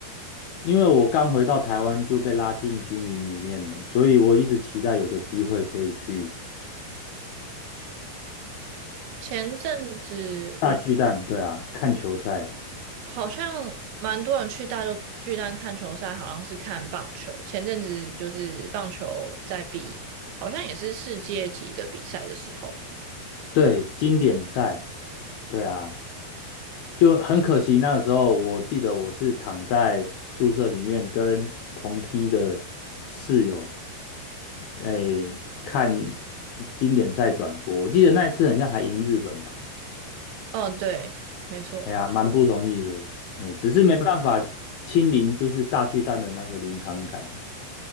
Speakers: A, on the left (about 70°); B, on the right (about 80°).
A: 因为我刚回到台湾就被拉进军营里面了，所以我一直期待有个机会可以去
B: 前阵子
A: 大巨蛋，对啊，看球赛。
B: 好像蛮多人去大洲巨蛋看球赛，好像是看棒球。前阵子就是棒球在比，好像也是世界级的比赛的时候。
A: 对，经典赛，对啊，就很可惜。那时候我记得我是躺在宿舍里面跟同梯的室友，哎，看经典赛转播。我记得那一次好像还赢日本吧？
B: 嗯，对，没错。
A: 哎呀，蛮不容易的。对，只是没办法亲临就是大巨蛋的那个临场感嘛。